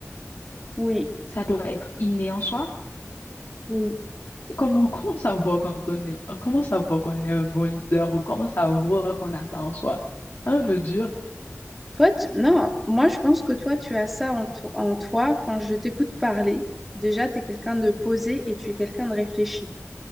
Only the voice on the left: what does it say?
Ça doit être inné en soi.
Et comment, <laughs> comment savoir quand on est, comment savoir qu'on est un bon leader ou comment savoir qu'on a ça en soi? C'est un peu dur.